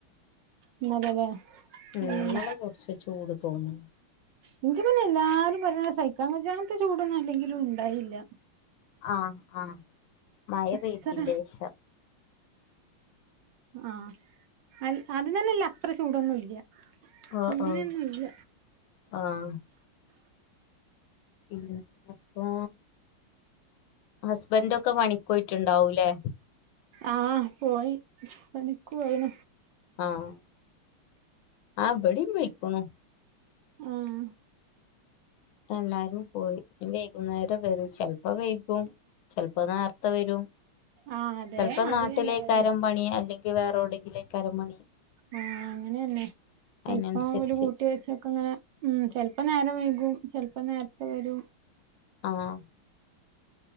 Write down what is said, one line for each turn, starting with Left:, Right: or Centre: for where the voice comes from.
Right: ഇന്നലെലേ
Left: ഉ ഇന്നല്ലെ
Right: ഉം
Left: കുറച്ച് ചൂട് തോന്നും
Right: എനിക്ക് പിന്നെ എല്ലാരും പറയ സഹിക്കാംനത്തെ ചൂടൊന്നും അല്ലെങ്കിലും ഉണ്ടായില്ല
Left: ആഹ്ആഹ് മഴ
Right: അത്ര
Left: പെയ്തിന്റെ ശേഷം
Right: ആഹ് അ അത് തന്ന ഇല്ല അത്ര ചൂടൊന്നും ഇല്ല
Left: അഹ്
Right: അങ്ങനെയൊന്നും
Left: ആഹ്
Right: ഇല്ല
Left: ആഹ് ഇല്ല അപ്പൊ ഹസ്ബൻഡൊക്കെ പണിക്കോയിട്ടുണ്ടാവൂലേ
Right: ആഹ് പോയി പണിക്ക് പോയിന
Left: ആഹ് ആബടി പോയ്ക്കണു
Right: ആഹ്
Left: എല്ലാരും പോയി വൈകുന്നേരം വരും ചിലപ്പോ വൈ കും, ചിലപ്പോൾ നേരത്തെ വരും.
Right: ആഹ് അതെ
Left: ചെലപ്പോ നാട്ടിലേക്കാരം
Right: അതിലെന്നെ ഇവടിം
Left: പണി അല്ലെങ്കിൽ വേറെ എവിടെങ്കിലേക്കാരം പണി.
Right: ആഹ്, അങ്ങനെ തന്നെ
Left: അയിനനുസരിച്ച്
Right: ചിലപ്പോൾ ഓല് കൂട്ടി വെച്ചക്ക അങ്ങനെ ഉം ചെലപ്പോൾ നേരം വൈകും ചെലപ്പോൾ നേരത്തെ വരും.
Left: ആഹ്